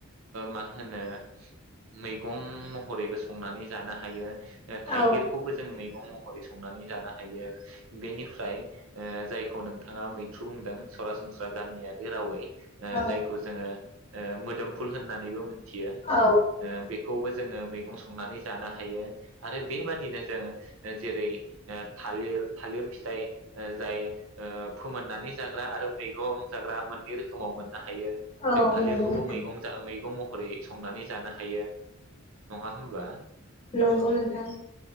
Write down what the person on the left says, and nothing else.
औ
औ
औ
औ
नंगौ नोंथां
नंगौ नोंथां